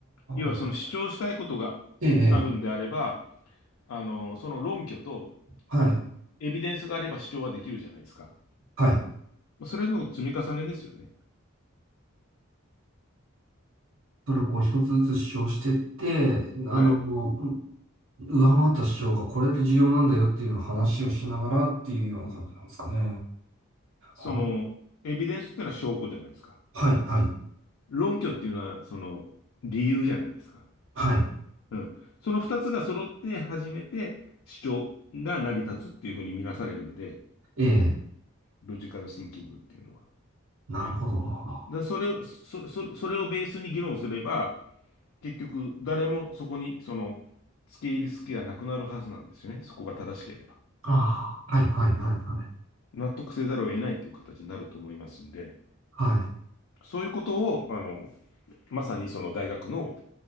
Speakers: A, on the left; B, on the right.
A: 要はその主張したいことがあるんであれば、
B: あ、ええ、ええ
A: あの、その論拠と
B: はい、
A: エビデンスがあれば主張はできるじゃないですか。
B: はい。
A: それの積み重ねですよね。
B: それをこう一つずつ主張してって、あの、
A: はい。
B: う上回った主張がこれだけ重要なんだよっていうのを話をしながらっていうような感じなんですかね。
A: うん。その、
B: あ
A: エビデンスっていうのは証拠じゃないですか。
B: はい、はい、
A: 論拠っていうのは、その、理由じゃないですか。
B: はい。
A: うん。その二つが揃って初めて主張が成り立つっていうふうに見なされるんで、
B: ええ
A: ロジカルシンキングっていうのは。
B: なるほど。あ
A: だそれを、そ、そ、それをベースに議論すれば、結局誰もそこに、その、付け入る隙がなくなるはずなんですよね。そこが正しければ。
B: あ、はい、はい、はい、
A: うん。
B: はい。
A: 納得せざるを得ないっていう形になると思いますんで、
B: はい。
A: そういうことを、あの、まさにその大学の、